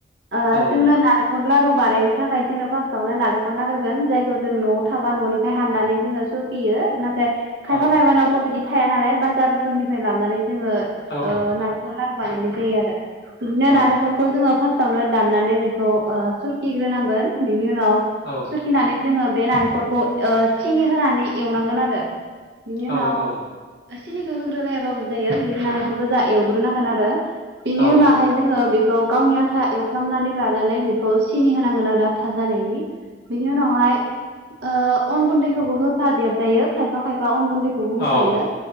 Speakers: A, on the right (about 70°); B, on the left (about 55°).
A: ओ
B: औ
A: जोंनो नाले लारु बानायनो थाखाय जोंनो फास्टआवनो नालेंखर नाग्रोगोन जायखौ जों न'आव थाबा न'निफ्राय हाननानै जोङो सुखियो नाथाय खायफा
B: औ
A: खायफानावथ' बिदि थाया नालाय बाजारफोरनिफ्राय लाबनानै। जोङो
B: औ
A: ओ नखल लारु बानायनाय जायो आरो। बिदिनो
B: औ
A: नालेंरखौ जोङो फास्ट नो दाननानै बेखौ ओ सुरकिग्रोनांगोन बिनि उनाव
B: औ
A: सुरकिनानै जोङो बे नालेंखरखौ ओ सिनि होनानै एवनांगोन आरो। बिनि
B: औ
A: उनाव
B: औ।
A: सिनिखौ होग्रोलायाबाबो जायो। ओरैनो नालेखर गोजा एवग्रोनांगोन आरो बिनि
B: औ
A: उनावहाय जोङो बे गावनि आन्था एवफ्रामनानै लानानै बेखौ सिनि होनांगोन आरो आथा जानायनि। बिनि उनावहाय ओ अन गुन्दैखौबो होफा देरजायो खायफा खायफा बा अन गुन्दैखौबो होफायो
B: औ